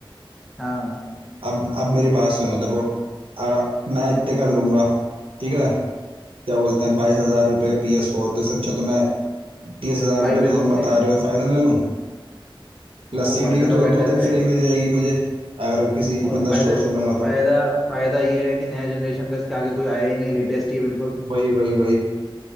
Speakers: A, in the centre; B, on the right.
A: हाँ
B: अब अब मेरी बात सुनो देखो अ, मैं इतने का लूंगा ठीक है क्या बोलते हैं बाईस हजार रुपये का पी एस फोर तो इससे अच्छा तो मैं तीस हजार
A: फाइव
B: रुपये का
A: ले
B: तो तुम
A: लो सही
B: बता
A: बात
B: रहे
A: है
B: हो फाइनल ले लूँ प्लस
A: वो
B: सीडी
A: ज्यादा
B: भी दो
A: बेटर
B: दो तीन
A: है
B: फ्री मिल जाएगी मुझे अगर किसी
A: और
B: मतलब
A: फायदा
B: स्टोर से लूंगा
A: फायदा
B: तो
A: फायदा ये है कि नया जनरेशन का इसके आगे कोई आया ही नहीं है लेटेस्ट ही है बिल्कुल
B: वही वही वही